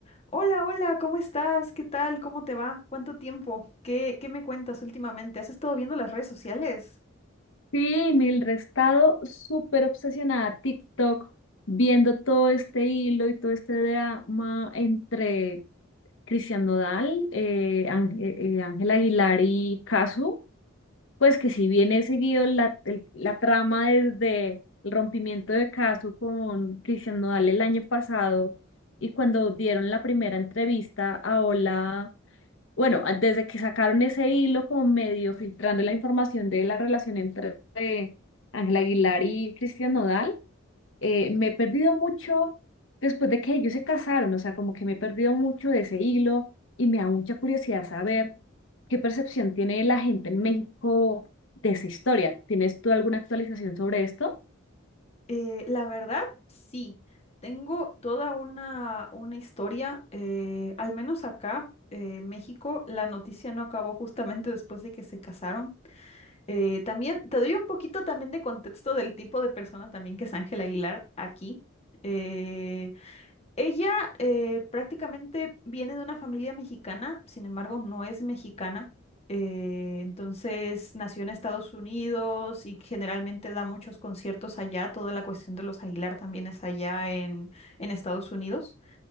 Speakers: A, on the left; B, on the left.
A: Hola, hola, ¿cómo estás? ¿Qué tal? ¿Cómo te va? ¿Cuánto tiempo? ¿Qué, qué me cuentas últimamente? ¿Has estado viendo las redes sociales?
B: Sí, Mildred, he estado súper obsesionada a TikTok, viendo todo este hilo y todo este drama entre Cristian Nodal, eh, Ángel, eh, eh, Ángel Aguilar y Casu, Pues que si bien he seguido la, el- la trama desde el rompimiento de Casu con Cristian Nodal el año pasado y cuando dieron la primera entrevista a Hola. Bueno, an- desde que sacaron ese hilo como medio filtrando la información de la relación entre eh, Ángela Aguilar y Cristian Nodal, eh, me he perdido mucho después de que ellos se casaron, o sea, como que me he perdido mucho de ese hilo y me da mucha curiosidad saber qué percepción tiene la gente en México de esa historia. ¿Tienes tú alguna actualización sobre esto?
A: Eh, la verdad, sí. Tengo toda una, una historia, eh, al menos acá, eh, México, la noticia no acabó justamente después de que se casaron. Eh, también te doy un poquito también de contexto del tipo de persona también que es Ángela Aguilar aquí. Eh, Ella eh, prácticamente viene de una familia mexicana, sin embargo, no es mexicana. eh, entonces nació en Estados Unidos y generalmente da muchos conciertos allá. Toda la cuestión de los Aguilar también es allá en, en Estados Unidos.